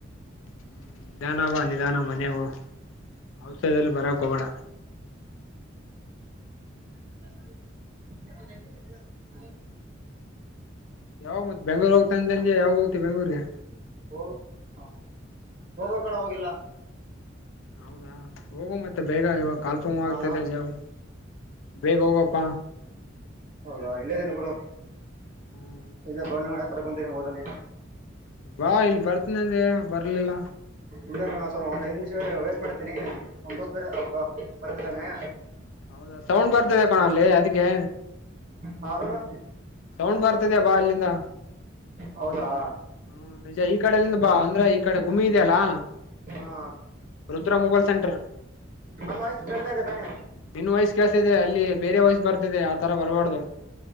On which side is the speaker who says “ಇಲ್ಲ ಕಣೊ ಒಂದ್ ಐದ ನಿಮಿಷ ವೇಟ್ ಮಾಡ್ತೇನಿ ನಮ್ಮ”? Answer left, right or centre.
Right